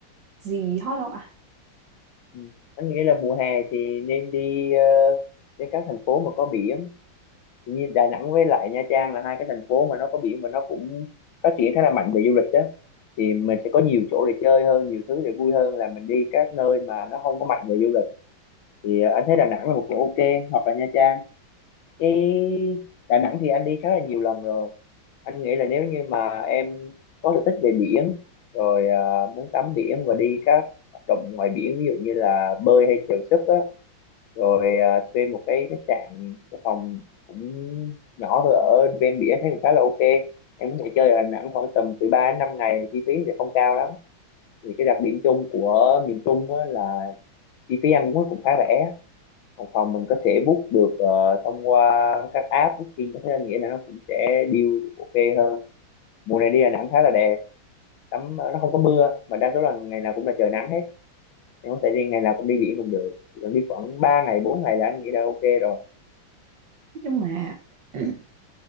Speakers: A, on the right; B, on the left.
A: gì hot không ạ
B: ừ. anh nghĩ là mùa hè thì nên đi ờ, đến các thành phố mà có biển Thì như Đà Nẵng với lại Nha Trang là hai cái thành phố mà nó có biển và nó cũng phát triển khá là mạnh về du lịch đó thì mình sẽ có nhiều chỗ để chơi hơn nhiều thứ để vui hơn là mình đi các nơi mà nó không có mạnh về du lịch thì ờ, anh thấy Đà Nẵng là một chỗ ok hoặc là Nha Trang Chứ Đà Nẵng thì anh đi khá là nhiều lần rồi. Anh nghĩ là nếu như mà em có sở thích về biển, rồi à, muốn tắm biển và đi các hoạt động ngoài biển, ví dụ như là bơi hay chèo súp á, rồi à, thuê một cái khách sạn, cái phòng cũng nhỏ thôi ở ven biển thấy cũng khá là ok. Em có thể chơi ở Đà Nẵng khoảng tầm từ 3 đến 5 ngày mà chi phí sẽ không cao lắm. Thì cái đặc điểm chung của miền Trung á, là chi phí ăn uống cũng khá rẻ. Còn phòng mình có thể book được ờ, thông qua các app booking thế nên nghĩa là nó cũng sẽ deal ok hơn mùa này đi Đà Nẵng khá là đẹp tắm ờ, nó không có mưa mà đa số là ngày nào cũng là trời nắng hết em có thể đi ngày nào cũng đi biển cũng được Chỉ cần đi khoảng 3 ngày 4 ngày là anh nghĩ là ok rồi
A: nhưng mà <clears throat>